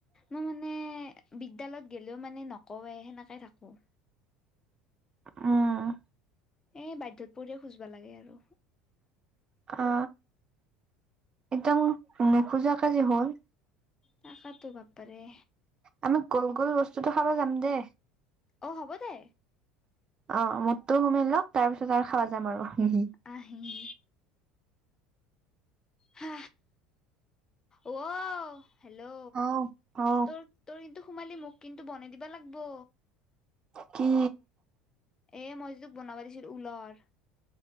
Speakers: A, on the left; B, on the right.
A: মই মানে বিদ্যালয়ত গ'লেও মানে, নকওঁৱেই সেনেকে থাকোঁ।
B: উম,
A: এই বাধ্যত পৰিয়ে, খোজিবা লাগে আৰু।
B: অ, একদম নোখোজাকে যে হ'ল।
A: তাকেইতো বপৰে।
B: আমি গোল, গোল, বস্তুতটো খাব যাম দে।
A: অ হ'ব দে
B: অ', মোৰতো সোমাই লওক তাৰ পিছত আৰু খাব যাম আৰু হি হি
A: আহি হা অ হেল্ল'
B: অ অ
A: তোৰ তোৰ কিন্তু সুমালি মোক কিন্তু বনাই দিবা লাগব।
B: কি
A: এ মই যে তোক বনাবা দিছিলো ঊলৰ